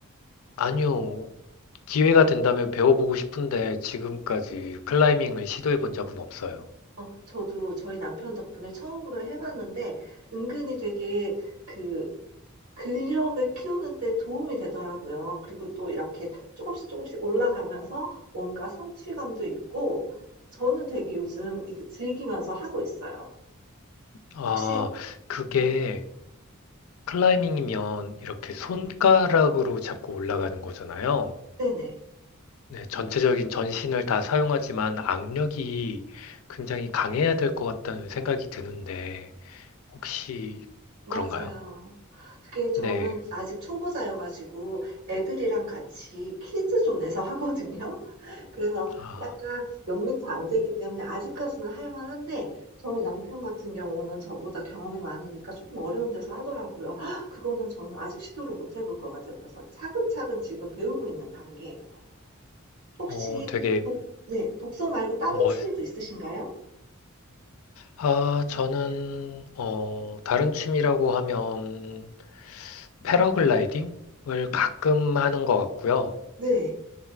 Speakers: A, on the left; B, on the right.
A: 아니요, 기회가 된다면 배워보고 싶은데 지금까지 클라이밍을 시도해 본 적은 없어요.
B: 어 저도 저희 남편 덕분에 처음으로 해 봤는데 은근히 되게 그 근력을 키우는 데 도움이 되더라고요. 그리고 또 이렇게 조금씩 조금씩 올라가면서 뭔가 성취감도 있고 저는 되게 요즘 이거 즐기면서 하고 있어요.
A: 아,
B: 혹시
A: 그게
B: 네.
A: 클라이밍이면 이렇게 손가락으로 잡고 올라가는 거잖아요.
B: 네네.
A: 네, 전체적인 전신을 다 사용하지만 악력이 굉장히 강해야 될 것 같다는 생각이 드는데, 혹시
B: 맞아요.
A: 그런가요?
B: 그게 저는
A: 네.
B: 아직 초보자여 가지고 애들이랑 같이 키즈 존에서 하거든요. 그래서
A: 아,
B: 약간 몇 미터 안 되기 때문에 아직까지는 할 만한데 저희 남편 같은 경우는 저보다 경험이 많으니까 조금 어려운 데서 하더라고요. <gasps> 그거는 저는 아직 시도를 못 해볼 것 같아요. 그래서 차근차근 지금 배우고 있는 단계예요. 혹시
A: 어, 되게
B: 독 네 독서 말고 다른
A: 멋,
B: 취미도 있으신가요?
A: 아, 저는, 어, 다른 취미라고 하면 패러글라이딩을 가끔 하는 것 같고요.
B: 네.